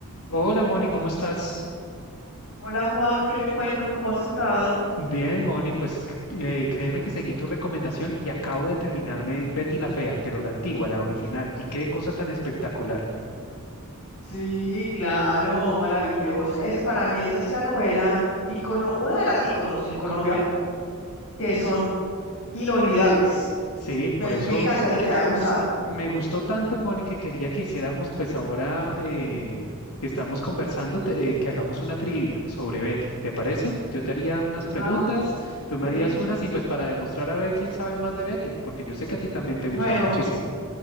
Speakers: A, on the left; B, on the left.
A: Hola Moni, ¿cómo estás?
B: Hola Juan, ¿qué me cuentas? ¿Cómo has estado?
A: Bien, Moni, pues c- eh, créeme que seguí tu recomendación y acabo de terminarme Betty la Fea, pero la antigua, la original. Y qué cosa tan espectacular.
B: Sí, claro, maravillosa. Es, para mí esa es la novela ícono, una de las íconos en Colombia que son inolvidables.
A: Sí, por
B: Me,
A: eso
B: me encanta que te haya gustado.
A: me gustó tanto, Moni, que quería que hiciéramos, pues ahora eh, que estamos conversando, te- eh, que hagamos una trivia sobre Betty. ¿Te parece? Yo te haría unas preguntas,
B: Ah,
A: tú me
B: sí.
A: harías unas y pues para demostrar a ver quién sabe más de Betty, porque yo sé que a ti también te gustó
B: Bueno,
A: muchísimo.